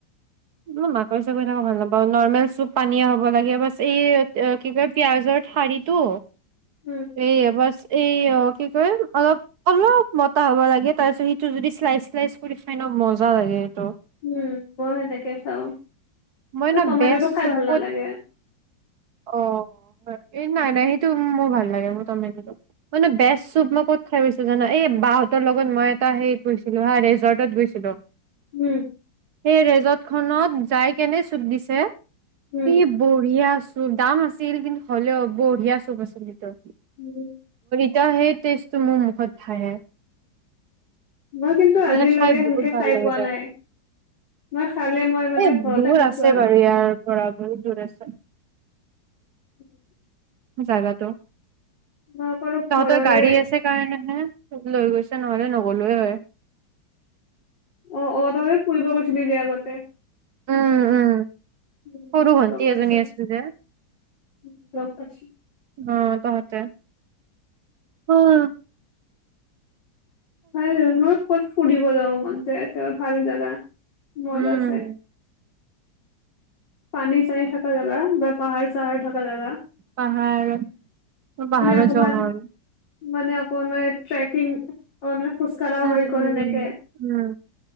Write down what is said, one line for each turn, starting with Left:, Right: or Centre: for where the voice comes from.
Right: মই মাকৈ চাকৈ থাকা ভাল নাপাও নৰ্মেল চুপ পানীয়া হব লাগে বাচ এই কি কয় পিয়াজৰ ঠাৰিটো
Left: উম,
Right: সেয়া বছ এ ই কি অলপ অলপ মতা হ'ব লাগে তাৰ পিছত সিটো যদি শ্লাইচ শ্লাইচ কৰি খাই ন মজা লাগে এইটো
Left: উম মই সেনেকে খাওঁ।
Right: মই ন
Left: টমেটটো
Right: বেষ্ট
Left: খাই
Right: চুপ
Left: ভাল নালাগে
Right: ক'ত অ এই নাই
Left: উম,
Right: নাই সেইটো মোৰ ভাল লাগে অ মোৰ তম মানে বেচ চুপ মই ক'ত খাই পাইছো জানা এই বাহতৰ লগত মই এটা সেইত গৈছিলো হা ৰেজৰ্টত গৈছিলো
Left: উম!
Right: সেই ৰেজৰ্ট খনত যাই কেনে চুপ দিছে কি
Left: উম,
Right: বঢ়িয়া। উম দাম আছিল কিন্তু হ'লেও বঢ়িয়া চুপ আছিল ভিতৰত
Left: উম!
Right: এতিয়া সেই তেষ্ট টো মোৰ মুখত ভাহে
Left: মই কিন্তু
Right: মানে
Left: আজিলকে
Right: খাই
Left: সেনেকে
Right: বহুত ভাল
Left: খাই
Right: লাগিছে।
Left: পোৱা নাই মই খালে মই মানে
Right: এ
Left: ঘৰতে
Right: দূৰ
Left: খাইছো
Right: আছে
Left: আৰু
Right: বাৰু ইয়াৰ পৰা বহুত দূৰ আছে
Left: <unintelligible>
Right: জাগাটো।
Left: মই অকলো ঘৰৰে
Right: তহঁতৰ গাড়ী আছে, কাৰণেহে মোক লৈ গৈছে। ন'হলে নগ'লোঁয়েই হয়
Left: অ', অ', তহঁতে ফুৰিব গৈছিলি যে আগতে
Right: উম, উম।
Left: উম,
Right: সৰু ভণ্টি
Left: গম পাইছো,
Right: এজনী আছিল যে,
Left: উম, গম পাইছো।
Right: অ' তহঁতে অহ
Left: হয়, <unintelligible> ক'ত ফুৰিব যাম? মন যায়। আছে বা, ভাল জাগা মজা
Right: উম
Left: চাই পানী-চানী থাকা জেগা বা পাহাৰ-চাহাৰ থাকা জেগা
Right: পাহাৰ-পাহাৰৰ
Left: অকমান
Right: জংঘল
Left: মানে, আকৌ আমে ট্ৰেকিং। অ', মানে খোজকাঢ়াঁও
Right: উম
Left: হৈ গ'ল।
Right: উম
Left: সেনেকে
Right: উম উম